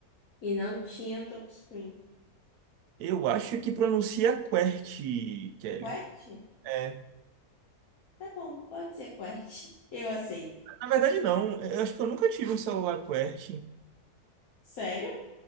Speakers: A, on the left (about 65°); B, on the right (about 80°).
A: e não tinham touchscreen.
B: Eu acho que pronuncia QWERTY, Kelly.
A: Quert?
B: É.
A: Tá bom, pode ser Quert. Eu aceito.
B: Na verdade, não. Eu acho que eu nunca tive um celular QWERTY.
A: Sério?